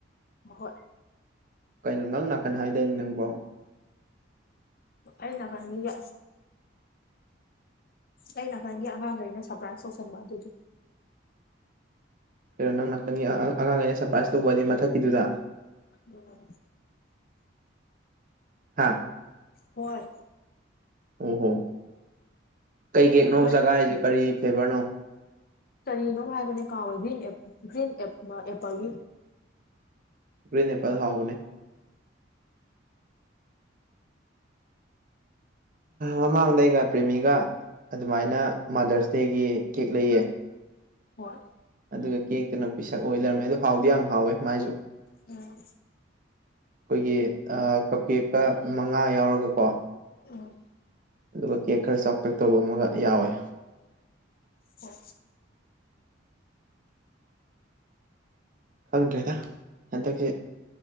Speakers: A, on the left (about 50°); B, on the right (about 45°).
A: ꯍꯣꯏ
B: ꯀꯩꯅꯣ ꯅꯪ ꯅꯥꯀꯟ ꯍꯥꯏꯗꯣꯏꯅꯤ ꯅꯪꯕꯣ
A: ꯑꯩꯅ ꯈꯔꯒ ꯑꯩ ꯅꯥꯀꯟꯒꯤ ꯑꯉꯥꯡꯗ ꯑꯩꯅ ꯁꯔꯄ꯭ꯔꯥꯏꯖ ꯇꯧꯁꯟꯕ ꯑꯗꯨꯗꯤ
B: ꯀꯩꯅꯣ ꯅꯪ ꯅꯥꯀꯟꯒꯤ ꯑꯉꯥꯡ ꯑꯩꯅ ꯁꯔꯄ꯭ꯔꯥꯏꯖ ꯇꯧꯕꯗꯤ ꯃꯊꯛꯀꯤꯗꯨꯗ
A: ꯎꯝ
B: ꯍꯥꯥ
A: ꯍꯣꯏ
B: ꯑꯣ ꯍꯣ ꯀꯩꯀꯦꯛꯅꯣ
A: ꯍꯣꯏ
B: ꯆꯒꯥꯔꯤꯁꯦ ꯀꯔꯤ ꯐ꯭ꯂꯦꯕꯔꯅꯣ
A: ꯀꯔꯤꯅꯣ ꯍꯥꯏꯕꯅꯦ ꯀꯥꯋꯒꯔꯤ ꯒ꯭ꯔꯤꯟ ꯑꯦꯄꯜꯒꯤ
B: ꯎꯦꯄꯥꯜ ꯍꯥꯎꯕꯅꯦ ꯃꯃꯥꯡꯗꯩꯒ ꯄ꯭ꯔꯦꯃꯤꯒ ꯑꯗꯨꯃꯥꯏꯅ ꯃꯥꯗꯔꯁ ꯗꯦꯒꯤ ꯀꯦꯛ ꯂꯩꯌꯦ
A: ꯍꯣꯏ
B: ꯑꯗꯨꯒ ꯀꯦꯛꯇꯨꯅ ꯄꯤꯁꯛ ꯑꯣꯏ ꯂꯩꯔꯝꯃꯦ ꯑꯗꯨ ꯍꯥꯎꯗꯤ ꯌꯥꯝ ꯍꯥꯎꯋꯦ ꯃꯥꯏꯁꯨ
A: ꯎꯝ
B: ꯑꯩꯈꯣꯏꯒꯤ ꯀꯞꯀꯦꯛꯀ ꯃꯉꯥ ꯌꯥꯎꯔꯒ ꯀꯣ
A: ꯎꯝ
B: ꯑꯗꯨꯒ ꯀꯦꯛ ꯈꯔ ꯆꯥꯎꯇꯦꯛ ꯇꯧꯕ ꯑꯃꯒ ꯌꯥꯎꯋꯦ
A: ꯍ
B: ꯈꯪꯗ꯭ꯔꯦꯗ ꯍꯟꯗꯛꯁꯦ